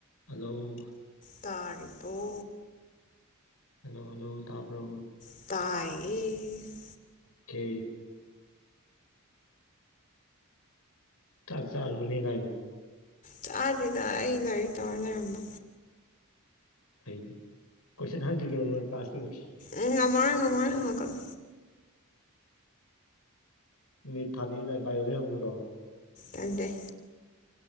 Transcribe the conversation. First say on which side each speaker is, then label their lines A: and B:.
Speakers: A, on the left; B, on the left.
A: hello
B: ꯇꯥꯔꯤꯕꯣ
A: hello hello ꯇꯥꯕ꯭ꯔꯣ
B: ꯇꯥꯏꯌꯦ
A: ꯀꯦ ꯆꯥꯛ ꯆꯔꯨꯅꯤ ꯗꯥꯏꯅꯦ
B: ꯆꯥꯗꯔ꯭ꯤꯗ ꯑꯩ ꯂꯥꯏꯔꯤꯛ ꯇꯧꯔ ꯂꯩꯔꯝꯕ
A: ꯐꯩꯅꯦ ꯀꯣꯏꯁꯟ ꯍꯥꯡꯖꯤꯜꯂꯔꯣꯏ ꯀ꯭ꯂꯥꯁꯇꯤꯃꯛꯀꯤ
B: ꯎ ꯉꯝꯃꯔꯣꯏ ꯉꯝꯃꯥꯔꯣꯏ ꯍꯪꯉꯛꯀ ꯅꯣ
A: ꯅꯠ ꯊꯥꯅꯤꯗꯥꯏ ꯕꯥꯏꯌꯣ ꯗꯩ ꯍꯧꯔꯤꯔꯣ
B: ꯅꯠꯇꯦ